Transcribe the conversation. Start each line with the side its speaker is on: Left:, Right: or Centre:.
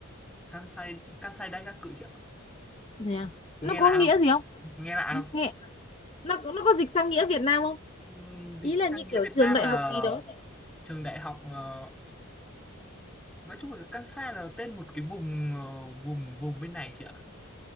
Centre: Kansai Kansai Daigaku chứ ạ?
Left: Thế à?
Centre: nghe
Left: Nó
Centre: lạ
Left: có nghĩa
Centre: không
Left: gì không?
Centre: nghe lạ không
Left: Nghe nó nó có dịch sang nghĩa Việt Nam không?
Centre: Ừm, dịch
Left: Ý là
Centre: sang
Left: như
Centre: nghĩa
Left: kiểu
Centre: Việt
Left: trường
Centre: Nam
Left: đại
Centre: là
Left: học gì đó.
Centre: trường đại học ờ, nói chung là Kansai là tên một cái vùng ờ, vùng vùng bên này chị ạ